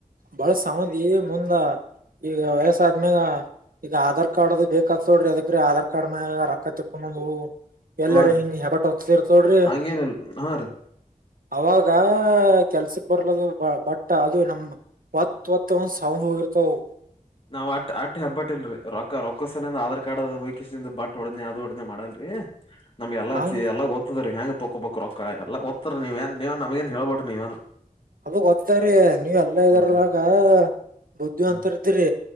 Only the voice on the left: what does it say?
ಹಾ ರೀ
ಹಂಗೇನಿಲ್ ಹಾ ರೀ
ನಾವ್ ಅಟ್ ಅಟ್ ಹಬ್ಬಟ್ಟ ಇಲ್ರಿ ರೊಕ್ಕ ರೊಕ್ಕ ಸ ತ ನಂದ ಆಧಾರ್ ಕಾರ್ಡ್ ಅದು ಹೋಗ್ಕೆಸಿಂದ ಬಟ್ ಹೊಡುದನ್ಯಾ ಅದು ಹೊಡುದನ್ಯ ಮಾಡಲ್ರಿ ನಮಗೆಲ್ಲ
ಚಿ ಎಲ್ಲ ಹೊ ದ್ರಿ ಹೆಂಗ ತೊಕೊ ಬೋಕು ರೊಕ್ಕ ಎಲ್ಲ ಗೊತ್ತರಿ ನೀವ ಏನ್ ನಮಗ ಎನ್ ಹೇಳ್ಬ್ಯಾಡ್ರಿ ನೀವೇನ.
ಹ್ಮ್
ಹ್ಮ್